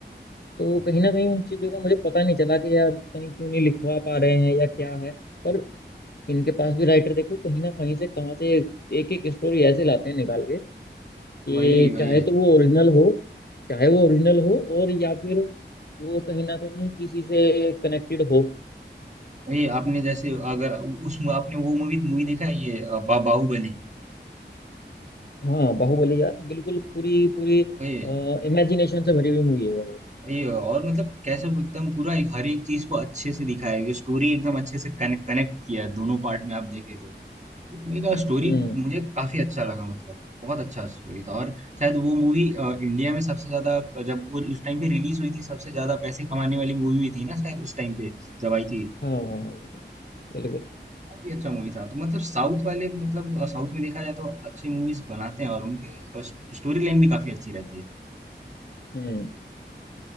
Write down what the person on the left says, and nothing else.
तो
कहीं ना कहीं उन चीजों का मुझे पता नहीं चला कि यार पता नहीं क्यों नहीं लिखवा पा रहे हैं या क्या है पर इनके पास भी राइटर देखो कहीं ना कहीं से कहाँ से एक एक स्टोरी ऐसे लाते हैं निकाल के कि
चाहे तो वो ओरिजिनल हो चाहे वो ओरिजिनल हो और या फिर वो कहीं ना कहीं किसी से कनेक्टेड हो
हाँ बाहुबली यार बिल्कुल पूरी पूरी
इमेजिनेशन से भरी हुई मूवी है वो
हम्म
हाँ हाँ हाँ बिल्कुल
हम्म